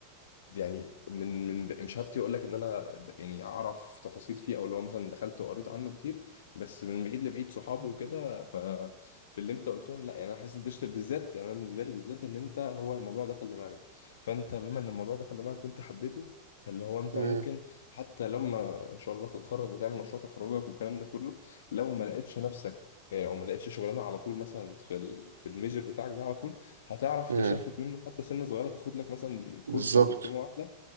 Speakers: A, on the left (about 60°); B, on the right (about 70°).
A: يعني من من مش هفتي اقول لك ان انا د- يعني اعرف تفاصيل فيه او اللي هو مثلا دخلت وقريت عنه كتير بس من بعيد لبعيد صحابي وكده ففي اللي انت قلتهم لا يعني انا حاسس الديجيتال بالذات يعني انا بالنسبه لي بالذات ان انت هو الموضوع دخل دماغك فانت بما ان الموضوع دخل دماغك وانت حبيته فاللي هو انت
B: مم.
A: ممكن حتى لما ان شاء الله تتخرج وتعمل مشروع تخرجك والكلام ده كله لو ما لقيتش نفسك يعني او ما لقيتش شغلانه على طول مثلا في ال- في الميجر بتاعك ده على طول هتعرف
B: مم.
A: تشفت منه حتى سنة صغيرة تاخد لك مثلا
B: بالظبط
A: كورس أو دبلومة واحدة